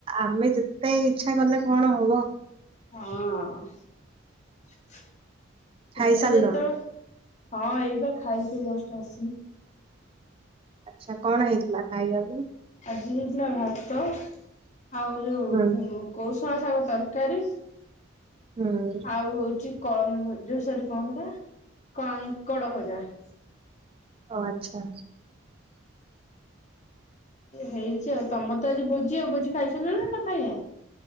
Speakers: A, on the right (about 25°); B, on the left (about 35°).
A: ଆମେ ଯେତେ ଇଚ୍ଛା କଲେ କଣ ହବ ।
B: ହଁ । ସେ
A: ଖାଇସାରିଲଣି।
B: ଯେତବେଳେ, ହଁ ଏଇପା ଖାଇକି ଜଷ୍ଟ ଆସିଲି ।
A: ଆଚ୍ଛା କଣ ହେଇଥିଲା ଖାଇବାକୁ?
B: ଆଜି ହେଇଥିଲା ଭାତ ଆଉ ଯଉ
A: ହୁଁ।
B: ଉଁ କୌଶ ଶଳା ଶାଗ ତରକାରୀ
A: ହୁଁ
B: ଆଉ ହଉଚି କଳମ ଭଜ ଯୋଉ ସରି କଣ ସେଟା କାଙ୍କଡ ଭଜା ।
A: ଓ ଆଚ୍ଛା।
B: ହେଇଚି ଆଉ ତମରତ ଆଜି ଭୋଜି ଆଉ ଭୋଜି ଖାଇସାରିଲଣି ନାଁ ଖାଇନ?